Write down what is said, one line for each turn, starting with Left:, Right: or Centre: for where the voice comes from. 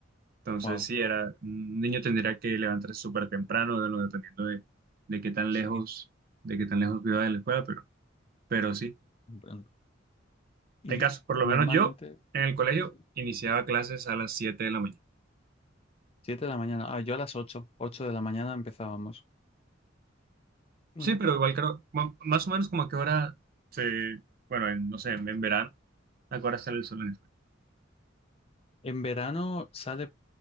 Right: Entonces,
Left: wow,
Right: sí, era, un niño tendría que levantarse súper temprano, de- lo- dependiendo de, de qué tan
Left: sí,
Right: lejos, de qué tan lejos viva de la escuela, pero, pero sí.
Left: muy pronto. Y
Right: Hay casos, por lo
Left: normalmente,
Right: menos yo en el colegio
Left: sí,
Right: iniciaba clases a las 7 de la mañana.
Left: 7 de la mañana. Ah, yo a las 8 8 de la mañana empezábamos. Bueno,
Right: Sí, pero igual creo, ma- más o menos como a qué hora se, bueno, en, no sé, en, en verano, a qué hora sale el sol en España.
Left: en verano sale